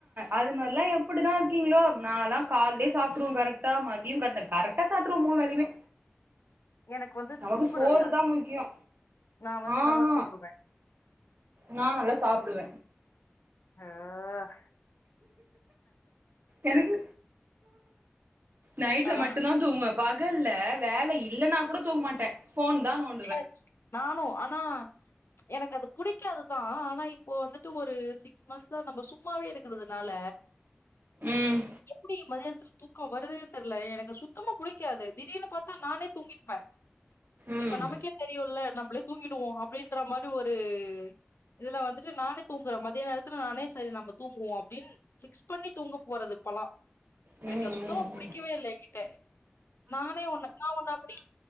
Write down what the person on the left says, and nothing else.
எனக்கு வந்து
தூங்குற
வியாதி
நா வந்து
நல்லா தூங்குவே
அயோ
அதா
எஸ் நானு ஆனா எனக்கு அது புடிக்காதுதா ஆனா இப்போ வந்துட்டு ஒரு சிக் மந்த்தா நம்ம சூப் சும்மாவே இருக்கறதுனால
எப்புடி மதியானத்துல தூக்கோ வருதுன்னே தெர்ல எனக்கு சுத்தமா புடிக்காது திடீர்னு பாத்தா நானே தூங்கிர்ப்ப
இப்ப நமக்கே தெரியுல்ல நம்மளே தூங்கிடுவோ அப்டின்ற மாரி ஒரு இதுல வந்துட்டு நானே தூங்கற மதிய நேரத்துல நானே சேரி நம்ம தூங்குவோ அப்டின் ஃபிக்ஸ் பண்ணி தூங்க போறது இப்பல்லா
எனக்கு
அது சுத்தமா புடிக்கவே
இல்ல எங்கிட்ட நானே ஒன்னு நா ஒன்னு அப்புடி